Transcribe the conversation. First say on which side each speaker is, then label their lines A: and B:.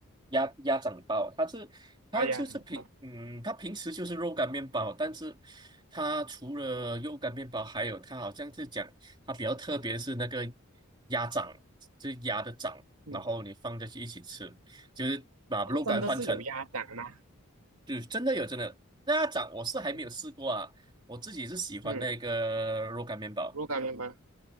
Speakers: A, on the right; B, on the right.
A: 鸭鸭掌包啊，它是它就是平嗯，
B: 哎呀，想不到
A: 它平时就是肉干面包，但是它除了肉干面包，还有它好像是讲它比较特别是那个鸭掌，就是鸭的掌，
B: 嗯，
A: 然后你放进去一起吃，就是把肉干换成，
B: 他真的是有鸭掌吗？
A: 就是真的有真的那鸭掌，我是还没有试过啊，
B: 嗯，
A: 我自己是喜欢那个肉干面包。
B: 嗯若干面吗？